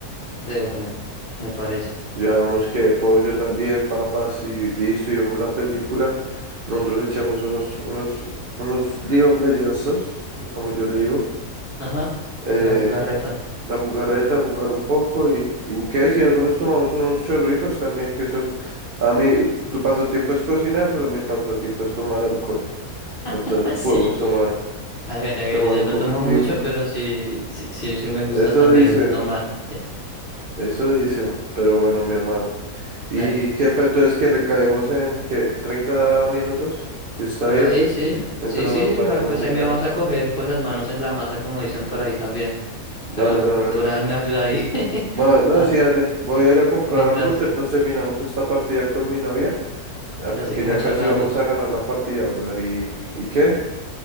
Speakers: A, on the left (about 45°); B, on the right (about 70°).
A: de una, me parece.
B: Llevamos que pollo también, papas y listo, y vemos la película. Nosotros echamos unos, unos, unos League of Legends, como yo le digo.
A: Ajá,
B: Eh,
A: la jugarreta.
B: la jugarreta, jugar un poco y, y buques y algunos tomamos unos chorritos también, que eso, a mí, tu pasatiempo es cocinar, pero mi pasatiempo es tomar alcohol. Entonces
A: <laughs> Sí.
B: podemos tomar,
A: Hágale, hágale,
B: tomar
A: yo
B: un
A: no
B: poquitico.
A: tomo mucho, pero sí, sí, sí, sí me gusta
B: Eso
A: también
B: dicen,
A: tomar. Ya,
B: eso dicen, pero bueno, mi hermano. ¿Y
A: dale.
B: qué, pa- entonces que le caemos en, qué, 30 minutos? Si está
A: Por
B: bien,
A: ahí sí,
B: mientras
A: sí, sí,
B: nos bañamos
A: va, pues
B: y
A: ahí
B: tal.
A: me vas a coger con las manos en la masa, como dicen por ahí también.
B: Dale,
A: Pero
B: brother.
A: de una vez me ayuda ahí. <laughs>
B: Ma- no,
A: Ah,
B: sí, dale. Voy a ir a
A: y-
B: comprar
A: mientras
B: algo, te- nos terminamos esta partida con mi novia. Acá
A: ya seguimos
B: que ya
A: charlando.
B: casi vamos a ganar la partida, brother. ¿Y, y qué?